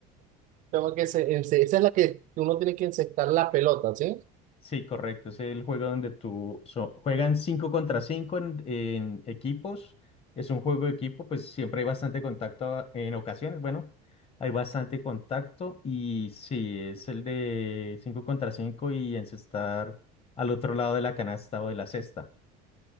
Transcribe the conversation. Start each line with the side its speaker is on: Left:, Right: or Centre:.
Right: tengo que, se- ense- esa es la que uno tiene que encestar la pelota, ¿sí?
Left: Sí, correcto. Es el juego donde tú so- juegan 5 contra 5 en, en equipos. Es un juego de equipo, pues siempre hay bastante contacto a- en ocasiones. Bueno, hay bastante contacto y sí, es el de 5 contra 5 y encestar al otro lado de la canasta o de la cesta.